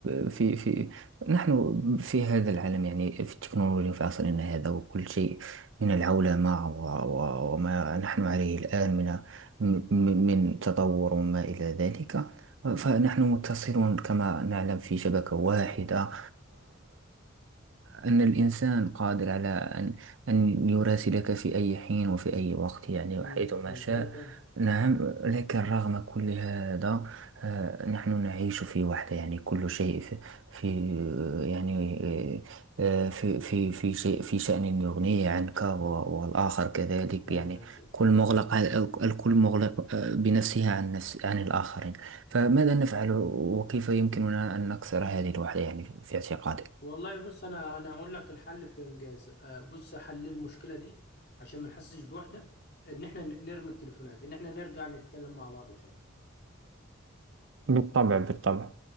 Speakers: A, on the right; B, on the left.
A: آه، في في نحن في هذا العالم يعني في التكنولوجيا في عصرنا هذا وكل شيء من العولمة و- و- وما نحن عليه الآن من من من تطور وما إلى ذلك فنحن متصلون كما نعلم في شبكة واحدة أن الإنسان قادر على أن أن يراسلك في أي حين وفي أي وقت يعني
B: مم،
A: وحيثما
B: مظبوطة
A: شاء نعم لكن رغم كل هذا آه، نحن نعيش في وحدة يعني كل شيء في, في يعني آه، في في في شيء في شأن يغنيه عنك و- والآخر كذلك
B: فعلا
A: يعني
B: يا ياسين
A: كل مغلق على- الكل مغلق آه، بنفسه عن نفس عن الآخرين فماذا نفعل وكيف يمكننا أن نكسر هذه الوحدة يعني في اعتقادك
B: والله بص انا انا هقول لك الحل في انجاز آه، بص حل المشكله دي عشان ما نحسش بوحده ان احنا ن- نرمي التليفونات ان احنا نرجع نتكلم مع بعض تاني
A: بالطبع بالطبع